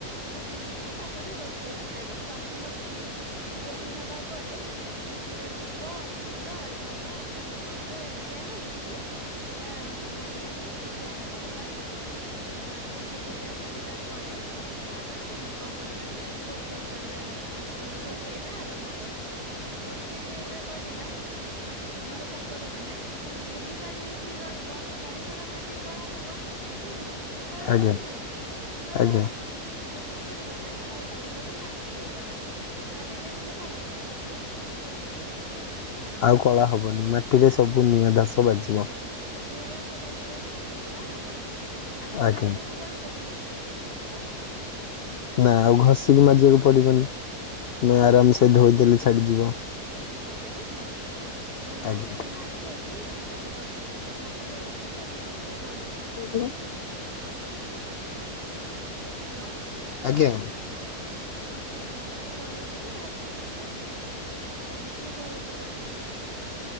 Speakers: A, on the right; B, on the left.
A: ସେ ଚୁଲିରେ ତାପରେ ରୋଷେଇ ଷ୍ଟାଟ ପ୍ରଥମ ଚୁଲି ତିଆରି ହବା ପରେ ସେଥିରେ ଦୁବ ଫୁଲ ଧାନ ତିନି କୋଣରେ ଦିଆ ହେଇକରି ସେଟା ଧୂପ ଦିଆ ହେଇ ପୂଜା ହବ ପ୍ରଥମେ ଚୁଲି ପୂଜା ସରିବା ପରେ ତାପରେ ଆମେ କଣ କରିବାନା ରୋଷେ ରୋଷେଇ କରିବା ରୋଷେଇଟା ଆରମ୍ଭ କରିବା ରୋଷେଇ ଯେଏବେ କରିବା ଆମର କଣ କରିବାନା ଚୁଲିଟା ଯେହେତୁ ଜଳିବ ଚାରିକୋର ହାଣ୍ଡି କଳା ହବ ବୁଝିଲେ କଳା ହବକି
B: ଆଜ୍ଞା
A: ନାଇଁ କଳା
B: ଆଜ୍ଞା
A: ହବ ଆମେ କଣ କରିବା ନା ତାଚାରି କରେ ମାଟି ଦେଇଦବା ମାଟି ଦେଇଦେଲେ କଣ ହବ
B: ଆଉ କଳା
A: ହେଲେ
B: ହବନି ମାଟିରେ ସବୁ ନିଆଁ ଦାସ ବାଜିବ।
A: ନିଆଦାସ ବାଜିବ ହାଣ୍ଡି କଳା ହବନି ଆମକୁ
B: ଆଜ୍ଞା
A: ମାଜିିବାକୁ ପଡ଼ିବକି କଷ୍ଟ
B: ନା ଆଉ ଘଷିକି ମାଜିବାକୁ ପଡ଼ିବନି ଆମେ ଆରାମସେ ଧୋଇଦେଲେ ଛାଡ଼ିଯିବ‌
A: ଧୋଇଦେଲେ ଛାଡ଼ିଯିବ। ଆମେ ମାଜି
B: ଆଜ୍ଞା
A: ମାରି ଦେଇକି ଭାତଟି ବସେଇଦେଲେ ଭାତଟି ବସେଇ ଦେଇ ତାକୁ ଟିକେ ଗୋଳେଇଦବା
B: <inaudible>
A: ହାଲୋ।
B: ଆଜ୍ଞା।
A: ଆଜ୍ଞା ତାକୁ ଗୋଳେଇ ଦେଇ ଭା ତ ହେଇଯିବା ରିପିଟ୍ ହଉଚି କଥା।